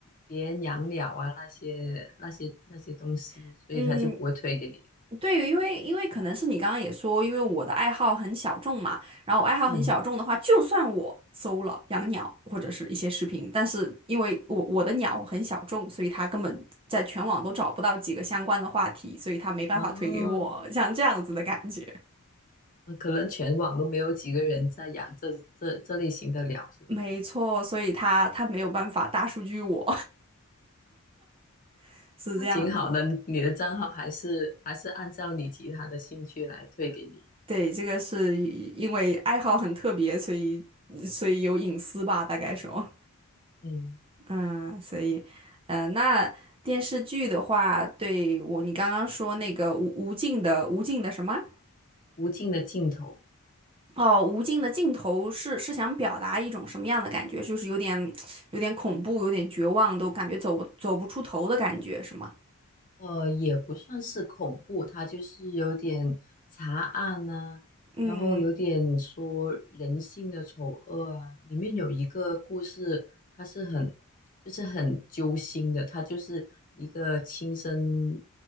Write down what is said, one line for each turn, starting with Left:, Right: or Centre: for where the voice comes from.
Left: 别人养鸟啊那些那些那些东西，
Right: <laughs>
Left: 所以他就不会推给你。
Right: 嗯，对，因为因为可能是你刚刚也说，因为我的爱好很小众嘛，然后我爱好很小众的话，
Left: 嗯，
Right: 就算我搜了养鸟或者是一些视频，但是因为我我的鸟很小众，所以它根本在全网都找不到几个相关的话题，所以它没办法推给我，
Left: 哦，
Right: 像这样子的感觉。
Left: 呃可能全网都没有几个人在养这这这类型的鸟，是吧？
Right: 没错，所以它它没有办法大数据我，<laughs> 是这样子。
Left: 那挺好的，你的账号还是还是按照你其他的兴趣来推给你。
Right: 对，这个是因为爱好很特别，所以所以有隐私吧，大概说。
Left: 嗯，
Right: 嗯，所以，呃，那电视剧的话，对我，你刚刚说那个无无尽的无尽的什么？
Left: 无尽的尽头。
Right: 哦，无尽的尽头是是想表达一种什么样的感觉？就是有点有点恐怖，有点绝望，都感觉走不走不出头的感觉，是吗？
Left: 呃，也不算是恐怖，它就是有点查案呐、
Right: 嗯
Left: 然后有点说人性的丑恶啊。里面有一个故事，它是很就是很揪心的，他就是一个亲生